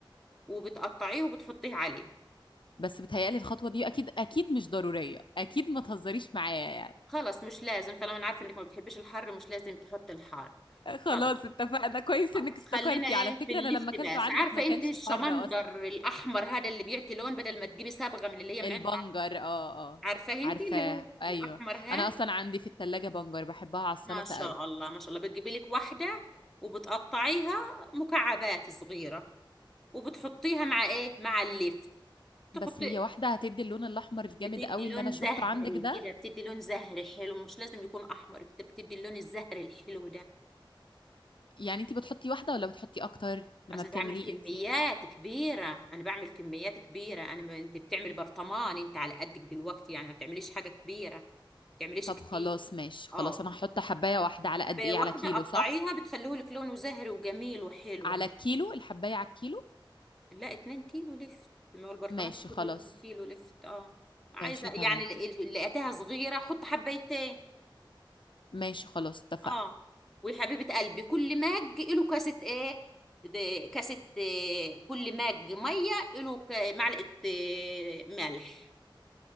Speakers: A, in the centre; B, on the left.
A: وبتقطعيه وبتحطيه عليه
B: بس بتهيألي الخطوة دي أكيد أكيد مش ضرورية أكيد ما تهزريش معايا يعني
A: خلاص مش لازم طالما انا عارفه انك ما بتحبيش الحر مش لازم تحطي الحار
B: خلاص
A: خلاص
B: اتفقنا كويس
A: خلاص
B: إنك افتكرتي
A: خلينا ايه
B: على فكرة
A: في اللفت
B: أنا لما أكلته
A: بس
B: عندك
A: عارفه
B: ما كانش
A: انت الشمندر
B: حر أصلا
A: الاحمر هذا اللي بيعطي لون بدل ما تجيبي صبغه من اللي هي من
B: البنجر
A: عند
B: اه اه
A: عارفاه انت
B: عارفاه
A: اللي هو
B: أيوه
A: الاحمر ها
B: أنا أصلا عندي في التلاجة بنجر بحبها على السلطة
A: ما شاء
B: قوي
A: الله ما شاء الله بتجيبي لك واحده وبتقطعيها مكعبات صغيره وبتحطيها مع ايه مع اللفت تحطي
B: بس هي واحدة هتدي اللون الأحمر الجامد
A: بتدي
B: قوي
A: لون
B: اللي أنا
A: زهري
B: شفته عندك ده
A: كده بتدي لون زهري حلو مش لازم يكون احمر بت- بتدي اللون الزهري الحلو ده
B: يعني أنت بتحطي واحدة ولا بتحطي أكتر لما
A: اصل
B: بتعمليه
A: أنا بعمل كميات
B: أنت
A: كبيره انا بعمل كميات كبيره انا ما انت بتعمل برطمان انت على قدك دلوقتي يعني ما بتعمليش حاجه كبيره ما بتعمليش
B: طب
A: كتير
B: خلاص ماشي خلاص
A: اه
B: أنا هحط حباية واحدة على قد
A: ب-
B: إيه
A: واحدة
B: على كيلو
A: قطعيها
B: صح
A: بتخليه لك لونه زهري وجميل وحلو
B: على الكيلو الحباية على الكيلو
A: لا 2 كيلو لفت ما هو البرطمان
B: ماشي
A: كله
B: خلاص
A: 2 كيلو لفت اه عايزة
B: ماشي تمام
A: يعني ل- ل- لقيتها صغيرة حط حبايتين
B: ماشي خلاص اتفقنا
A: اه وحبيبة قلبي كل مج له كاسة ايه ده كاسة آه، كل مج مية له ك- معلقة آه، ملح